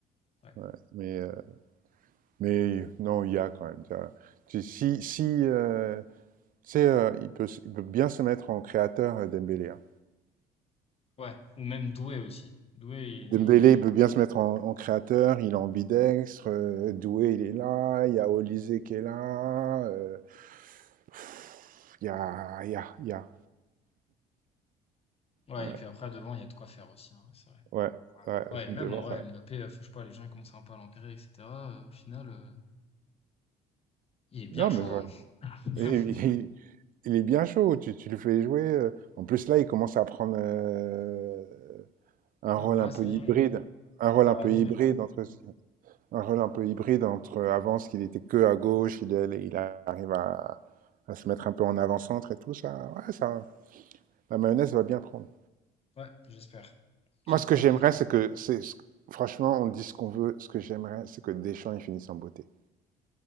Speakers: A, on the left; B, on the right.
A: Ouais.
B: ouais. Mais, euh, mais non, il y a quand même. tu vois. Tu- si si euh, C'est, euh, il peut, il peut bien se mettre en créateur, euh, Dembélé. hein.
A: Ouais. Ou même Doué aussi. Doué, il
B: Dembélé,
A: est,
B: il peut bien se mettre en, en créateur, il est ambidextre, euh, Doué, il est là, il y a Olysée qui est là, euh, pff, il y a, il y a, il y a.
A: ouais,
B: Ouais,
A: et puis après, devant, il y a de quoi faire aussi, hein, ouais, c'est vrai.
B: ouais, ouais,
A: Ouais,
B: je viens
A: même
B: de voir
A: en vrai,
B: ça.
A: Mbappé, euh, enfin, je sais pas, les gens, ils commencent un peu à l'enterrer, etc. euh, au final, euh, il est bien
B: Non,
A: chaud,
B: mais voilà.
A: hein.
B: Et-
A: <laughs>
B: il, il est bien chaud, tu, tu le fais jouer. euh. En plus, là, il commence à prendre euh, un
A: Ah,
B: rôle
A: bah là,
B: un peu
A: ça
B: hybride,
A: y est, euh,
B: un rôle
A: 40
B: un peu
A: minutes,
B: hybride
A: là.
B: entre... un rôle un peu hybride entre avant, ce qu'il était que à gauche, il, est- il arrive à, à se mettre un peu en avant-centre et tout ça. Ouais, ça, la mayonnaise va bien prendre.
A: Ouais, j'espère. J'espère,
B: Moi, ce que j'aimerais,
A: j'espère.
B: c'est que, c'est, franchement, on dit ce qu'on veut. Ce que j'aimerais, c'est que Deschamps, il finisse en beauté.